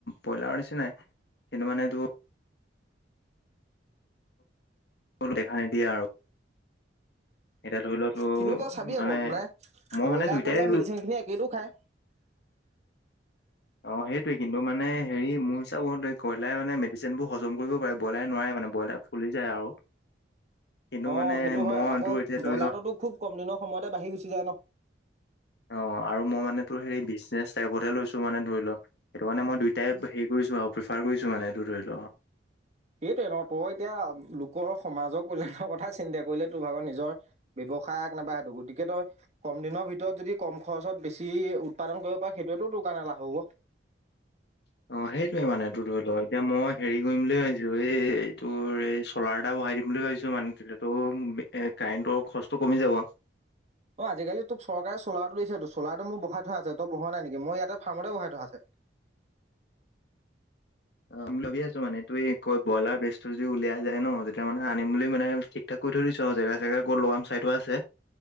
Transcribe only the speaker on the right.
কিন্তু তই চাবি
আকৌ
ব্ৰইলাৰ
কইলাৰ
মেডিচিন
খিনি একেইটো খায়
অ,
সেইটো
হয় আকৌ
ব্ৰইলাৰটোতো
খুব কম দিনৰ সময়তে বাঢ়ি গুচি যায় ন।
সেইটয়ে ন তই এতিয়া লোকৰ সমাজৰ কল্যাণৰ কথা চিন্তা কৰিলে তোৰ ভাগৰ নিজৰ গসায় এক নাইবা সেইটো গতিকে তই কম দিনৰ ভিতৰত যদি কম খৰচত বেছি উৎপাদন কৰিব পাৰি সেইটোৱেতো দোকানালা হব।
অ, আজিকালি তোক চৰকাৰে চলাৰটো দিছেতো চলাৰটো মোৰ বহাই থ আছে ত বহোৱা নাই নেকি মই ইয়াতে ফাৰ্মতে বহাই থোৱা আছে।